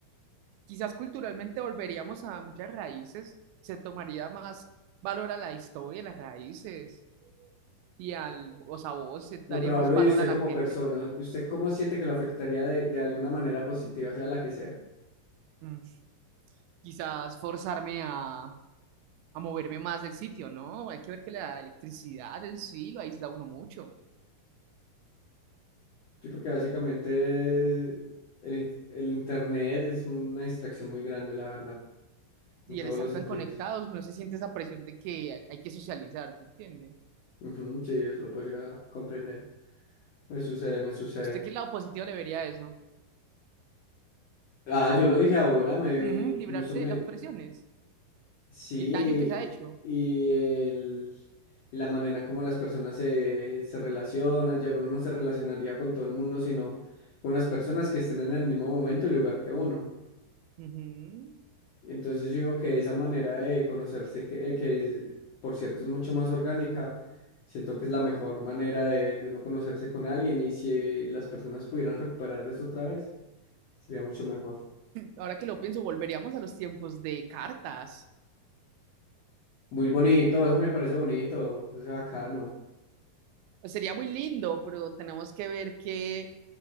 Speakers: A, on the right; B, on the left.
A: quizás culturalmente volveríamos a muchas raíces, se tomaría más valor a la historia, las raíces y al, o sea, vos se
B: No,
A: daría
B: pero
A: más
B: hablo
A: valor
B: de usted
A: a la
B: como
A: gente.
B: persona. ¿Usted cómo siente que lo afectaría de, de alguna manera positiva, sea la que sea?
A: Mm, Quizás forzarme a, a moverme más del sitio, ¿no? Hay que ver que la electricidad en sí lo aísla a uno mucho.
B: Sí, porque básicamente el, in- el internet es una distracción muy grande, la verdad,
A: Y
B: en todos
A: al estar
B: los sentidos.
A: tan conectados, no se siente esa presión de que hay que socializar, ¿se entiende?
B: Ujú, sí, eso lo puedo llegar a comprender. Me sucede, me sucede.
A: ¿Usted qué lado positivo le vería a eso?
B: Ah, yo lo dije ahora, me
A: Ujú,
B: incluso
A: librarse
B: me...
A: de las presiones
B: Sí,
A: y el daño que se ha hecho.
B: y, el, y la manera como las personas se, se relacionan, ya uno no se relacionaría con todo el mundo, sino con las personas que estén en el mismo momento y lugar que uno.
A: Ujú.
B: Entonces yo digo que esa manera de conocerse, que, eh, que es, por cierto es mucho más orgánica, siento que es la mejor manera de, de uno conocerse con alguien y si eh, las personas pudieran recuperar eso otra vez, sería mucho mejor.
A: Ahora que lo pienso, volveríamos a los tiempos de cartas.
B: Muy bonito, eso me parece bonito, eso es bacano.
A: Pues sería muy lindo, pero tenemos que ver que